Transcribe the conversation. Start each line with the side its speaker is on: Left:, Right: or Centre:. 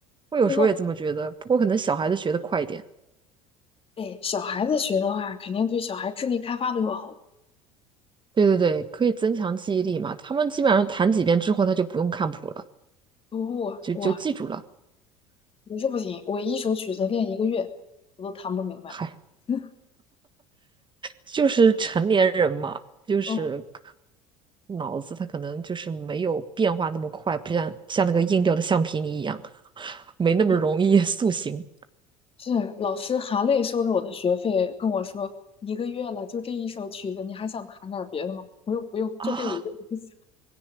Right: 我有时候也这么觉得，
Left: 真的，
Right: 不过可能小孩子学的快一点。
Left: 哎，小孩子学的话，肯定对小孩智力开发都有好处。
Right: 对对对，可以增强记忆力嘛，他们基本上弹几遍之后，他就不用看谱了，
Left: 我我
Right: 就就记住了。
Left: 我是不行，我一首曲子练一个月，我都弹不明白。
Right: 嗨。
Left: <laughs>
Right: 就是成年人嘛，就是可
Left: 哦，
Right: 脑子他可能就是没有变化那么快，不像像那个硬掉的橡皮泥一样，没那么容易
Left: 对，
Right: <laughs> 塑形
Left: 是老师含泪收着我的学费，跟我说一个月了，就这一首曲子，你还想弹点儿别的吗？我说不用，就这一个就行。
Right: 啊。